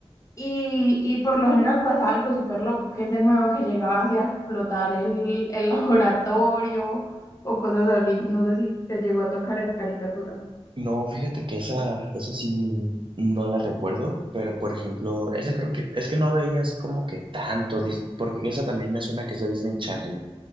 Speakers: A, on the left; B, on the right.
A: y, y por lo general pasa algo súper loco, que es de nuevo que llegaba así a explotar el, el <laughs> laboratorio o cosas así. No sé si te llegó a tocar esa caricatura.
B: No, fíjate que esa, esa sí no la recuerdo, pero por ejemplo, esa creo que es que no veía así como que tanto Disney, porque esa también me suena que es de Disney Channel,